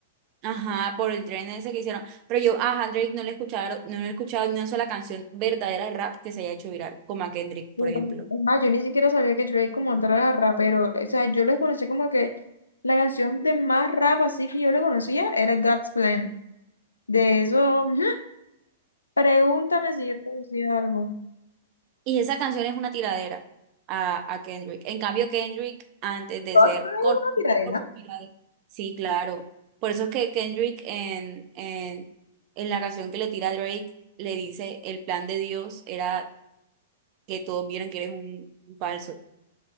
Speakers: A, on the right; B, on the left.
A: Ajá, por el tren ese que hicieron. Pero yo, ajá, Drake no le he escuchado, no le he escuchado ni una sola canción verdadera de rap que se haya hecho viral, como a Kendrick,
B: Pero
A: por ejemplo.
B: Es más, yo ni siquiera sabía que Drake como tal era rapero. O sea, yo les conocí como que la canción de más rap así que yo le conocía era God's Plan. De eso, ujú, pregúntame si yo conocía algo.
A: Y esa canción es una tiradera a, a Kendrick. En cambio, Kendrick, antes de
B: God's
A: ser
B: Plan es
A: conocido
B: una tiradera.
A: por su tiradera, sí, claro. Por eso es que Kendrick en, en, en la canción que le tira a Drake, le dice, el plan de Dios era que todos vieran que eres un, un falso.